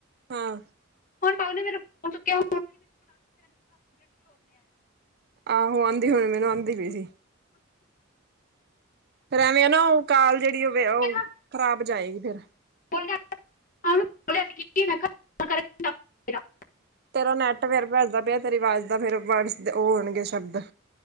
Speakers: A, on the right; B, on the left.
A: ਹਾਂ।
B: ਫੋਟ ਪਾਪਾ ਨੇ ਮੇਰਾ ਫੋਨ ਚੁੱਕਿਆ।
A: ਆਹੋ ਆ੍ਹਂਦੀ ਹੁਣੇ ਮੈਨੂੰ ਆ੍ਹਂਦੀ ਪੀ ਸੀ। ਫੇਰ ਐਵੇਂ ਐ ਨਾ ਓ ਕਾਲ ਜੇੜੀ ਓ ਵੇ
B: ਮੈਂ
A: ਓ
B: ਤੁਹਾਡਾ ਛੋੜਿਆ
A: ਖ਼ਰਾਬ ਜਾਏਗੀ ਫੇਰ।
B: <unintelligible>
A: ਤੇਰਾ ਨੈੱਟ ਫੇਰ ਭੱਜਦਾ ਪੇਆ, ਤੇਰੀ ਵਾਜ ਦਾ ਫੇਰ ਵਰਡਸ ਓ ਹੋਨਗੇ ਸ਼ਬਦ।